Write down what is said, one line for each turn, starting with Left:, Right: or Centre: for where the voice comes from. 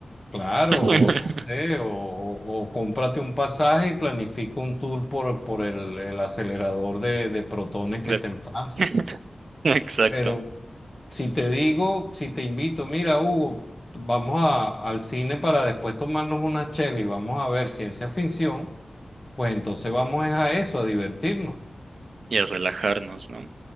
Left: Claro,
Right: <laughs>
Left: o no sé, o, o o cómprate un pasaje y planifica un tour por, por el, el acelerador de, de protones que
Right: De-
Left: está en Francia.
Right: <laughs> Exacto.
Left: Pero si te digo, si te invito, mira, Hugo, vamos a- al cine para después tomarnos una chela y vamos a ver ciencia ficción, pues entonces vamos es a eso, a divertirnos.
Right: Y a relajarnos, ¿no?